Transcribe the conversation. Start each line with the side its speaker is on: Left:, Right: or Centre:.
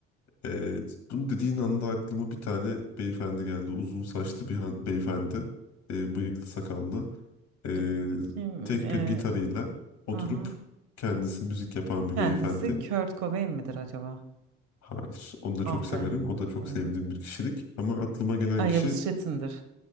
Left: Ee, bunu dediğin anda aklıma bir tane beyefendi geldi. Uzun saçlı bir han- beyefendi. Ee, bıyıklı sakallı. Ee,
Right: Dur bakayım.
Left: tek
Right: Ee,
Left: bir gitarıyla oturup
Right: aha.
Left: kendisi müzik yapan bir
Right: Kendisi
Left: beyefendi.
Right: Kurt Cobain midir acaba?
Left: Hayır. Onu da çok
Right: Ah
Left: severim.
Right: be.
Left: O da çok
Right: Hı.
Left: sevdiğim bir kişilik. Ama aklıma gelen
Right: Ay
Left: kişi
Right: Yavuz Çetin'dir.